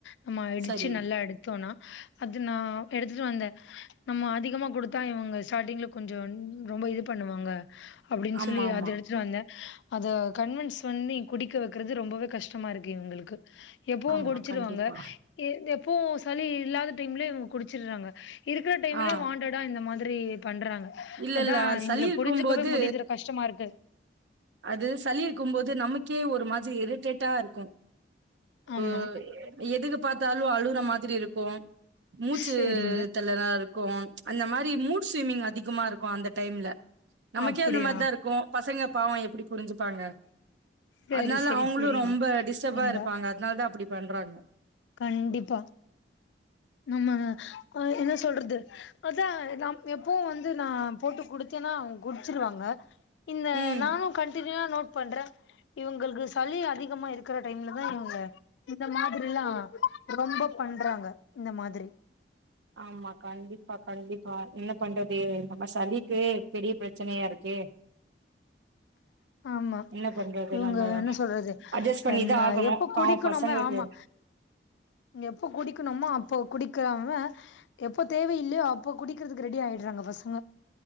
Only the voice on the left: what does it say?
நம்மா இடிச்சு
நல்லா எடுத்தோனா அது நா எடுத்துட்டு வந்த நம்ம அதிகமா கொடுத்தா இவங்க ஸ்டார்டிங்ல கொஞ்ச ன் ரொம்ப இது பண்ணுவாங்க அப்டின்
சொல்லி
அத எடுத்துட்டு வந்தே அத கன்வென்ஸ் பண்ணி குடிக்க வெக்கறது ரொம்பவே கஷ்டமா இருக்கு இவங்களுக்கு எப்பவுமன
குடிச்சிருவாங்க
எ எப்பவு சளி இல்லாத டைம்ல இவுங்க குடிச்சிட்றாங்க இருக்குற டைம்ல
வாண்டடா இந்த மாதிரி பண்றாங்க
அதா
இவங்கள
புரிஞ்சுக்கவே முடியுதுற கஷ்டமா இருக்கு
ஆமா.
சரிங்க.
அப்டியா?
சரி,
சரி
புரியுது.
ங்க
கண்டிப்பா நாம ஒ என்ன சொல்றது அதா நம் எப்பவு வந்து நா போட்டு குடுத்தேன்னா அவ குடிச்சிருவாங்க இந்த
நானு கன்டினியுவா நோட் பண்றே இவங்களுக்கு சளி அதிகமா இருக்குற டைம்ல தா இவங்க இந்த மாதிரிலா ரொம்ப பண்றாங்க இந்த மாதிரி
<unintelligible> ஆமா
இவங்க
என்ன சொல்றது
அ நா
எப்ப குடிக்கணுமோ
ஆமா எப்போ குடிக்கணுமோ அப்போ குடிக்காங்க எப்போ தேவை இல்லையோ அப்போ குடிக்கிறதுக்கு ரெடி ஆயிடுறாங்க பசங்க